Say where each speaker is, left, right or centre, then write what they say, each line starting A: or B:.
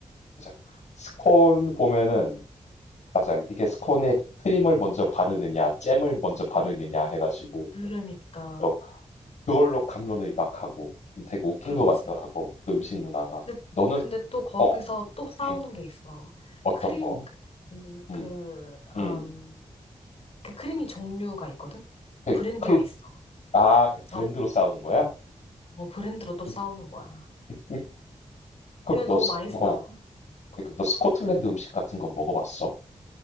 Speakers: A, on the left; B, on the left.
A: 맞아. 스콘 보면은 맞아. 이게 스콘에 크림을 먼저 바르느냐 잼을 먼저 바르느냐 해 가지고
B: 그러니까.
A: 또 그걸로 감론을 이박하고 좀 되게 웃긴
B: 그렇지.
A: 것 같더라고. 그 음식 문화가.
B: 근데,
A: 너는
B: 근데 또 거기서
A: 어.
B: 또 싸우는
A: 음.
B: 게 있어.
A: 어떤
B: 크림
A: 거?
B: 그, 그,
A: 음.
B: 그,
A: 음.
B: 음. 그 크림이 종류가 있거든?
A: 그
B: 브랜드가
A: 클
B: 있어.
A: 아 그 브랜드로
B: 어,
A: 싸우는 거야?
B: 어, 브랜드로 또 싸우는
A: 음,
B: 거야.
A: 음, 그럼
B: 근데
A: 너
B: 너무
A: 스
B: 많이 싸워.
A: 어 그러니까 너 스코틀랜드 음식 같은 거 먹어봤어?